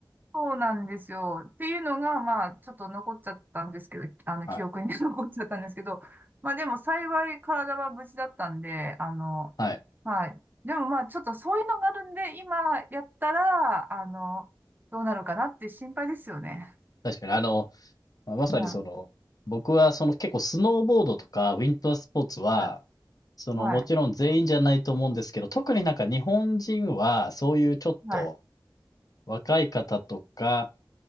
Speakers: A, on the right (about 25°); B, on the left (about 50°).
A: そうなんですよ。っていうのが、まあ、ちょっと残っちゃったんですけど、あの、
B: はい。
A: 記憶に <laughs> 残っちゃったんですけど、まあでも幸い体は無事だったんで、あの、
B: はい。
A: はい。でもまあ、ちょっとそういうのがあるんで、今やったら、あの、どうなるかなって心配ですよね。
B: 確かに、あの、まあ、まさにその、
A: はい。
B: 僕はその結構スノーボードとかウィンタースポーツは、
A: はい。
B: そのもちろん全員じゃないと思うんですけど、
A: はい。
B: 特になんか日本人はそういうちょっと
A: はい。
B: 若い方とか